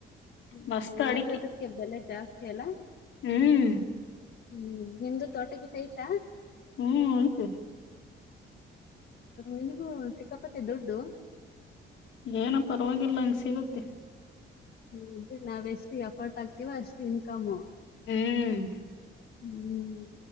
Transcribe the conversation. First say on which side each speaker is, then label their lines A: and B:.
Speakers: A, on the left (about 55°); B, on the left (about 70°).
A: ಹ್ಮ್
B: ಮಸ್ತ್
A: ಅದ್ರು
B: ಅಡಿಕೆ
A: ಅದಕ್ಕೆ ಬೆಲೆ ಜಾಸ್ತಿ ಅಲ್ಲ
B: ಹ್ಮ್
A: ಹ್ಮ್ ನಿಮ್ದು ತೋಟ ಟೈಟ್ ಐತ
B: ಹ್ಮ್ ಅಯ್ತೆ
A: ನಿಮಗೂ ಹ್ಮ್ ಸಿಕ್ಕಾಪಟ್ಟೆ ದುಡ್ಡು
B: ಏನ ಪರವಾಗಿಲ್ಲ ಹಂಗ ಸಿಗತ್ತೆ
A: <unintelligible> ನಾವ್ ಎಷ್ಟು ಎಫೋರ್ಟ್ ಆಗ್ತಿವ ಅಷ್ಟು ಇನ್ಕಮು
B: ಹ್ಮ್
A: ಹ್ಮ್